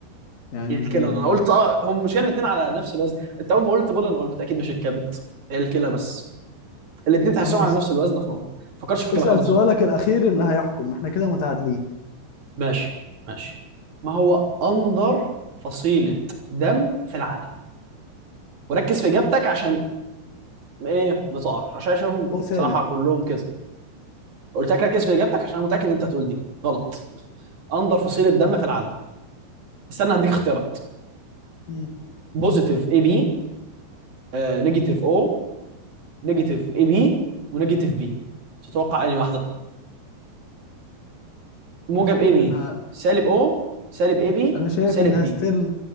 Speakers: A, on the left (about 60°); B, on the right (about 45°).
A: يعني
B: الكلى انا قلت اه هم مش الاثنين على نفس الوزن انت اول ما قلت بول انا قلت اكيد مش الكبد هي الكلى بس الاثنين
A: خلاص
B: تحسهم على نفس الوزن فما فكرش في الكلى
A: اسأل
B: خالص
A: سؤالك الأخير اللي هيحكم احنا كده متعادلين
B: ماشي ماشي ما هو اندر فصيلة دم في العالم وركز في اجابتك عشان ايه ما تقعش عشان اشوفهم
A: أو سالب
B: بصراحة كلهم كده قلت لك ركز في اجابتك عشان انا متأكد ان انت هتقول دي غلط اندر فصيلة دم في العالم استنى هديك اختيارات
A: مم.
B: بوزيتيف اي بي نيجاتيف او نيجاتيف اي بي ونيجاتيف بي تتوقع انهي واحده موجب
A: أنا شايف
B: اي بي
A: إنها
B: سالب او سالب اي بي
A: أنا شايف
B: سالب
A: إنها
B: بي
A: ستيل